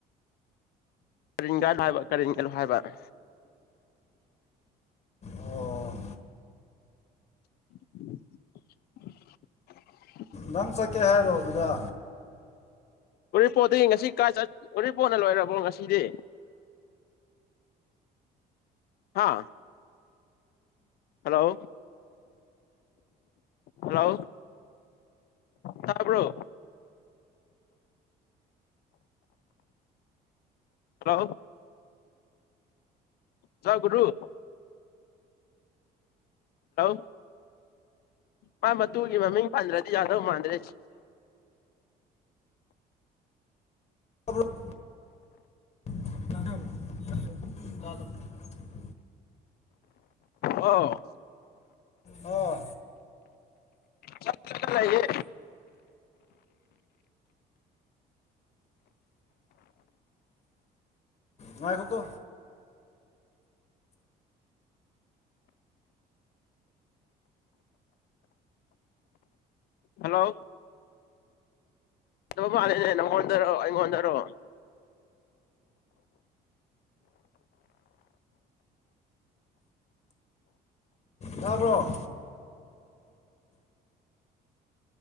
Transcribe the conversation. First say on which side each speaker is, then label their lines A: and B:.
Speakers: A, on the left (about 65°); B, on the left (about 45°).
A: ꯀꯔꯤꯡꯒ ꯂꯍꯕ ꯀꯔꯤꯡꯒ ꯂꯍꯥꯏꯕꯔ
B: ꯑꯣ
A: <unintelligible>
B: ꯅꯪ ꯆꯠꯀꯦ ꯍꯥꯏꯔꯣ ꯑꯗꯨꯗ
A: ꯎꯔꯤꯄꯣꯗꯤ ꯉꯁꯤ ꯀꯥꯏ ꯆꯠ ꯎꯔꯤꯄꯣꯠꯅ ꯂꯣꯏꯔꯕꯣ ꯉꯁꯤꯗꯤ ꯍꯥꯥ ꯍꯜꯂꯣ ꯍꯜꯂꯣ ꯇꯥꯕ꯭ꯔꯣ ꯍ ꯖꯒꯨꯔꯨ ꯍꯣ ꯃꯥꯥꯏꯕꯊ ꯃꯃꯤ ꯄꯥꯟꯗ꯭ꯔꯗꯤ ꯌꯥꯥꯗ ꯃꯥꯥꯟꯗ꯭ꯔꯦꯦ
B: <unintelligible>
A: ꯑꯣ
B: ꯑꯣ
A: ꯆꯠꯠ ꯂꯩꯌꯦ
B: ꯉꯈꯣ ꯀꯣ
A: ꯍꯜꯂꯣ ꯑ ꯃꯥꯅꯦꯅꯦ ꯅꯪꯣꯣꯟꯟꯗꯔꯣ ꯏꯉꯣꯟꯗꯔꯣ
B: ꯇꯥꯕ꯭ꯔꯣ